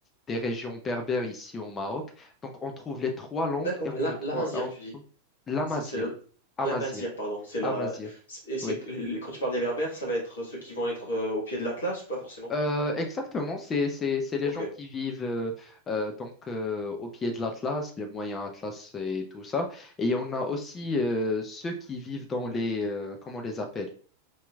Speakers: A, on the left (about 20°); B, on the left (about 65°).
A: des régions berbères ici au Maroc. Donc, on trouve les trois langues
B: D'accord.
A: et on,
B: La, la
A: on,
B: razir,
A: on
B: tu
A: trouve
B: dis.
A: l'amazigh,
B: C'est c'est le-
A: amazir.
B: la mazir, pardon. C'est la.
A: amazigh.
B: c'est- Et c'est
A: Oui.
B: que les- quand tu parles des Berbères, ça va être ceux qui vont être euh, au pied de l'Atlas ou pas forcément?
A: Euh, exactement, c'est, c'est, c'est les
B: Ok.
A: gens qui vivent euh, euh, donc euh, au pied de l'Atlas, les moyens Atlas et tout ça. Et on a aussi euh, ceux qui vivent dans les, euh, comment on les appelle?